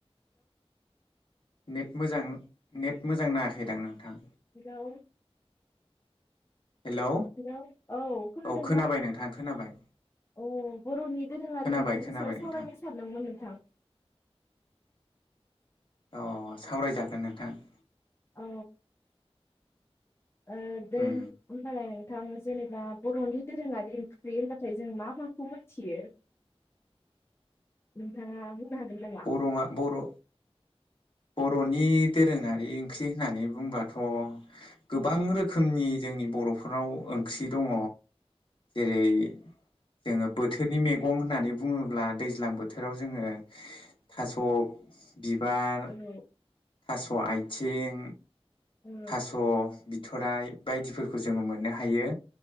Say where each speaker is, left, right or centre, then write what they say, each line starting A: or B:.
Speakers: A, on the left; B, on the left.
A: नेट मोजां नेट मोजां नाङाखैदां नोंथां।
B: हेलौ।
A: हेलौ
B: हेल' औ खोनादों
A: खोनाबाय
B: ना
A: नोंथां खोनाबाय
B: औ बर'नि दोरोङारि
A: खोनाबाय
B: ओंख्रिनि
A: खोनाबाय
B: सायाव सावरायनो
A: नोंथां
B: सानदोंमोन नोंथां।
A: अ सावरायजागोन नोंथां।
B: औ। ओ दे
A: उम
B: ओमबालाय नों नोंथां जेनेबा बर'नि दोरोङारि ओंख्रि होनबाथाय जों मा माखौ मोनथियो नोंथाङा हागोन नामा?
A: बर'आ बर' बर'नि दोरोङारि ओंख्रि होननानै बुंबाथ' गोबां
B: औ
A: रोखोमनि जोंनि बर'फोराव ओंख्रि दङ जेरै जोङो बोथोरनि मैगं होननानै बुङोब्ला दैज्लां बोथोराव जोङो थास' बिबार
B: औ
A: थास' आथिं
B: औ
A: थास' बिथराइ बायदिफोरखौ जोङो मोननो हायो